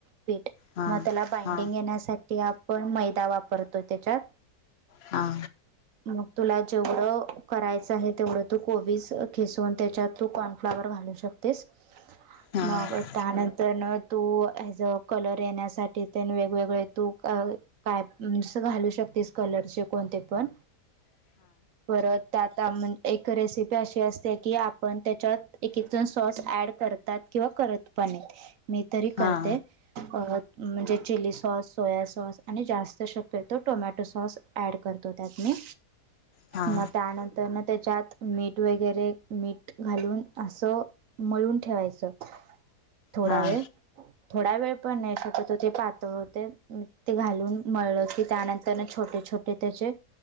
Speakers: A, on the right; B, on the left.
A: पीठ
B: हा
A: मग त्याला बायडिंग
B: हा
A: येण्यासाठी आपण मैदा वापरतोय त्याच्यात.
B: हा.
A: मग तुला जेवढं करायचं आहे तेवढं तू कोबी खिसून त्याच्यात तू कॉर्नफ्लावर घालू शकतेस.
B: हा
A: मग त्यानंतर तू हेज कलर येण्यासाठी वेगवेगळे तू काय म्हणज घालू शकतेस कलरचे कोणते पण परत त्यात म्हण एक रेसिपी अशी असते की आपण त्याच्यात एक एक जण सॉस ॲड करतात. किंवा करत पण नाहीत मी तरी करते
B: हा हा
A: अ म्हणजे चिली.. सॉस, सोया सॉस आणि जास्त शक्यतो टोमॅटो सॉस ॲड करतो त्यात मी.
B: हा हा
A: म त्यानं तर ना त्याच्यात मीठ वगैरे मीठ घालून असं मळून ठेवायचं. थोडा
B: हा
A: वेळ. थोडा वेळ पण नाही शक्यतो ते पातळ होते ते घालून मिळलं की त्यानंतर छोटे छोटे त्याचे